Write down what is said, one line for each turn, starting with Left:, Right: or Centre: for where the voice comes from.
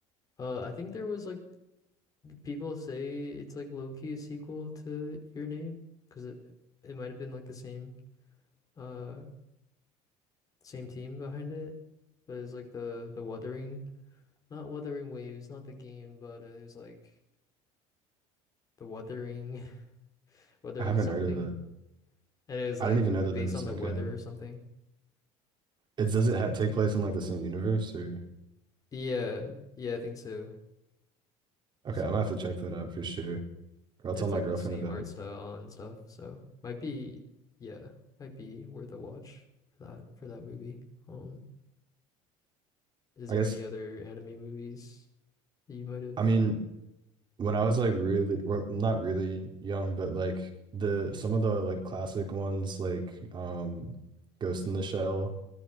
Left: uh, I think there was like. People say it's like low key a sequel to Your Name because it, it might have been like the same uh same team behind it, but it's like the the Wuthering, not Wuthering Waves, not the game, but it was like the Wuthering <laughs> Wuthering
Right: I haven't
Left: something,
Right: heard of that.
Left: and it was
Right: I
Left: like
Right: didn't even know that
Left: based
Right: there was
Left: on the
Right: like
Left: weather
Right: a.
Left: or something.
Right: It does it ha take place in like the same universe or?
Left: Yeah, yeah, I think so.
Right: Okay,
Left: So
Right: I'm gonna
Left: Oh.
Right: have to check that out for sure. Or I'll
Left: it's
Right: tell my
Left: like
Right: girlfriend
Left: the same
Right: about
Left: art
Right: it.
Left: style and stuff. So might be, yeah, might be worth a watch for that for that movie. Um. Is
Right: I
Left: there
Right: guess
Left: any other anime movies that you might have?
Right: I mean. when I was like really, well, not really young, but like the some of the like classic ones like um Ghost in the Shell